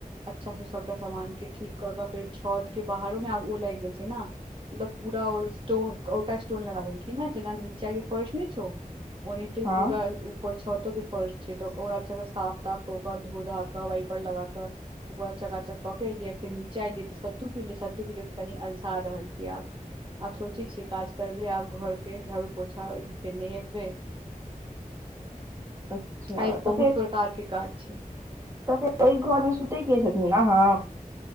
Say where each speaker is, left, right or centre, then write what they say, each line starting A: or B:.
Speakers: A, on the right; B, on the right.
A: अच्छासँ सभटा सामानके ठीक कऽ कऽ फेर छतके बाहरोमे आब ओ लागि गेल छै ने मतलब पूरा स्टोन ओ स्टोन लगा देलखिन ने जेना नीचाके फर्श ने छौ ओनाहिते
B: हँ
A: पूरा ऊपर छतोके फर्श छै तऽ ओकरा अच्छासँ साफ-साफ कऽ कऽ धो-धा कऽ वाइपर लगाकऽ। ऊपर चकाचक कऽ कऽ एलियै, फेर नीचाँ एलियै तऽ सत्तू पीलियै। सत्तू पीलियै तऽ कनि अलसा रहल छियै आब। आब सोचै छियै काज करबै आब घरके झाड़ू पोछा फेर नहेबै
B: अच्छा
A: आइ बहुत
B: तऽ फेर
A: प्रकार के काज छै
B: तऽ फेर ओहि घरमे सुतेके छथिन आहा